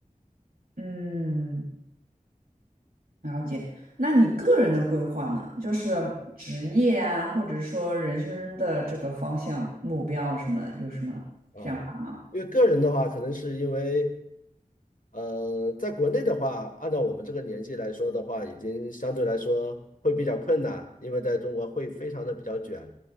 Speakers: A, on the right; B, on the left.
A: 嗯。了解，那你个人的规划呢？就是职业啊，或者说人生的这个方向、目标什么，有什么想法吗？
B: 啊。因为个人的话，可能是因为。呃，在国内的话，按照我们这个年纪来说的话，已经相对来说会比较困难，因为在中国会非常的比较卷，